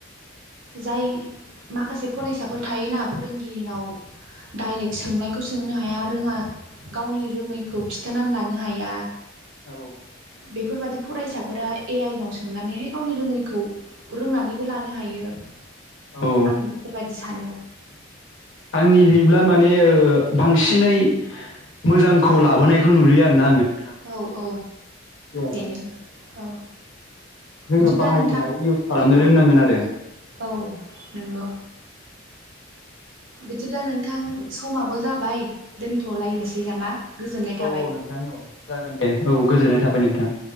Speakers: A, on the right; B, on the left.
A: जाय माखासे फरायसाफोर थायोना फोरोंगिरिनाव डाइरेक्ट सोंनायखौ सोंनो हाया रोङा गावनि रोङैखौ खिथानानै लानो हाया
B: <inaudible>
A: बेफोरबादि फरायसाफोरा ए आइनाव सोंनानैहाय गावनि रोङैखौ रोंनानैबो लानो हायो
B: औ
A: आं बेफोरबायदि सानो
B: आंनि हैब्ला मा ने बांसिनै मोजांखौ लाबोनायखौ नुयो आरोना आङो नोंथां
A: औ औ
B: दे
A: बेनो
B: माने
A: औ
B: जोङो
A: बिदिब्ला
B: बाहायनो
A: नोंथां
B: आरो इउस खालामनो
A: औ
B: रोंनांगोन आरो
A: औ नंगौ बिदिब्ला नोंथां समाबो जाबाय दोनथ'लायनोसै नामा गोजोननाय
B: औ
A: थाबाय
B: औ नोंथां औ जागोन दे औ गोजोननाय थाबाय नोंथां